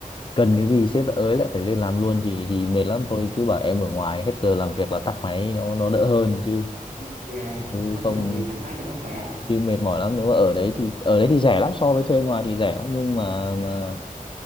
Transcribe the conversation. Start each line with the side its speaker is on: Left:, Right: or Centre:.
Left: cần cái gì sếp lại ới lại phải lên làm luôn thì thì mệt lắm thôi cứ bảo em ở ngoài hết giờ làm việc là tắt máy nó nó đỡ hơn chứ
Right: đi về
Left: chứ
Right: nó
Left: không
Right: cho làm việc tắt máy cho nó khỏe
Left: chứ mệt mỏi lắm nếu mà ở đấy thì ở đấy thì rẻ lắm so với thuê ngoài thì rẻ lắm nhưng mà mà